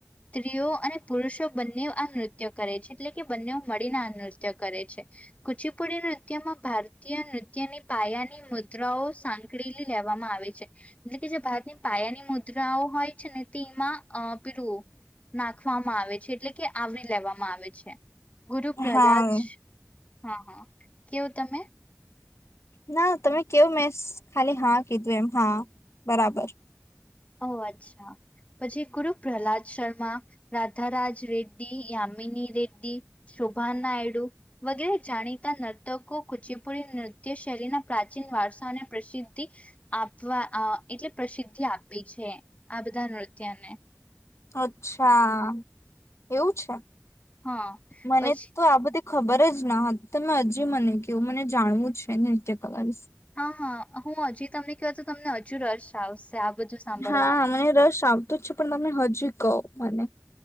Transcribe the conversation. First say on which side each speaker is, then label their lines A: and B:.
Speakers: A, on the left; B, on the left.
A: સ્ત્રીઓ અને પુરુષો બંને આ નૃત્ય કરે છે. એટલે કે બંને મળીને આ નૃત્ય કરે છે. કુચી પુડી નૃત્યમાં ભારતીય નૃત્યની પાયાની મુદ્રાઓ સાંકળીલી લેવામાં આવે છે. એટલે કે જે ભારતની પાયાની મુદ્રાઓ હોય છે, ને તેમાં પીડું નાખવામાં આવે છે એટલે કે આવરી લેવામાં આવે છે. ગુરુ પ્રહલાદ
B: હા
A: હા હા. કેવું તમે
B: ના તમે કેવ મેં ખાલી હા કીધું એમ હા બરાબર.
A: ઓ અચ્છા પછી ગુરુ પ્રહલાદ શર્મા, રાધારાજ રેડ્ડી યામ મિની દરદી શોભા નાયડુ વગેરે જાણીતા નર્તકો કુચીપુડી નૃત્ય શૈલીના પ્રાચીન વારસાઓને પ્રસિદ્ધિ આપવા એટલે પ્રસિદ્ધિ આપ આપી છે‌ આ બધા નૃત્ય ને.
B: અચ્છા એવું છે.
A: હા
B: મને
A: પછી
B: તો આ બધી ખબર જ ના હતી તમે હજી મને કેવું મને જાણવું છે. નૃત્ય કલા વિશે.
A: હા હા હું હજી તમને કવા તો તમને હજુ રસ આવશે. બધું સાંભળવામાં
B: હા મને રસ આવતો જ છે પણ તમે હજુ કહો મને.